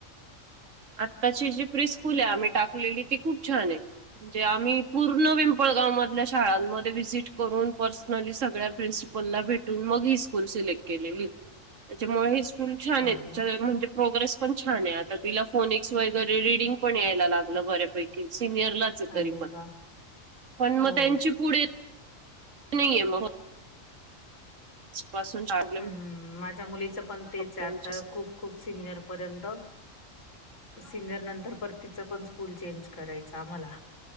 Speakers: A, on the right; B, on the left.
A: आत्ताची जी प्रिस्कूल आहे आम्ही टाकलेली ती खूप छान आहे, म्हणजे आम्ही पूर्ण पिंपळगाव मधल्या शाळांमध्ये व्हिजिट करून पर्सनली सगळ्या प्रिंसि पला भेटून मग ही स्कूल सिलेक्ट केलेली. त्याच्यामुळे ही स्कूल छान
B: हा
A: आहे
B: ना
A: म्हणजे प्रोग्रेस पण छान आहे. आता तिला फोनिक्स वगैरे रीडिंग पण यायला लाग ली बऱ्या पैकी सिनियरलाच आहे तरी
B: अरे
A: पण,
B: वा
A: पण मग
B: हो
A: त्यांची पुढे नाहीय मग. <unintelligible> पासून शाळा
B: हम्म माझ्या मुलीचं पण तेच
A: त्यांची
B: आता खूप खूप सिनियर पर्यंत सिनियर नंतर परत तिचं पण स्कूल चेंज करायचं आम्हाला.